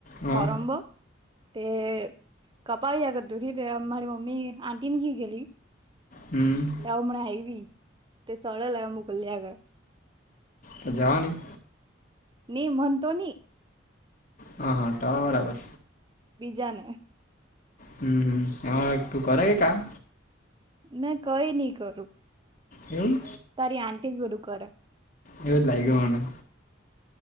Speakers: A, on the right; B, on the left.
A: કોરબો.
B: હા
A: તે કપાયા કદ્દીુથી તે મારી મમી આંટી નની હી ગેલી.
B: હમ.
A: ત મનાઈ વી તે સળ લ મુકલ્યા કરે.
B: તો જવાની.
A: ન મનતો નહી.
B: હા હા તો બરાબર.
A: બીજાને
B: હમ હમ હ તું કરે કે કામ?
A: મેં કઈ નહી કરું
B: હું
A: તારી આંટી જ બધું કરે
B: એવું જ લાગ્યું મને